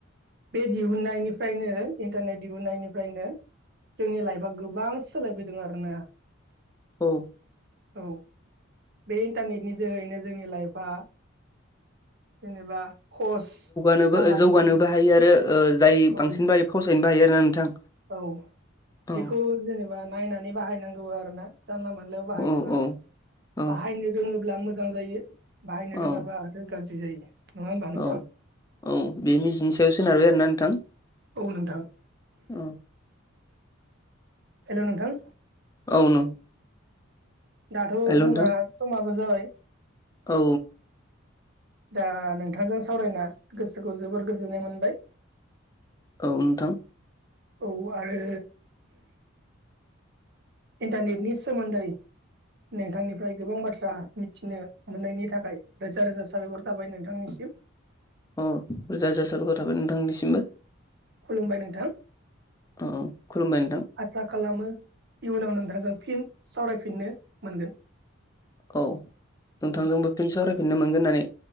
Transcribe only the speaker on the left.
औ
नोबो
जौगानोबो हायो आरो ओ जाय
बांसिन बायो फावसायनोबो हायो आरोना नोंथां
औ
औ औ औ
औ
औ औ बे निजिनि सायाव सोनारबाय आरोना नोंथां
औ
औ नों
हेल' नोंथां
औ
औ नोंथां
अ रोजा रोजा साबायखर थाबाय नोंथांनिसिमबो।
अ अ खुलुमबाय नोंथां
औ नोंथांजोंबो
फिन सावरायफिननो मोनगोन होननानै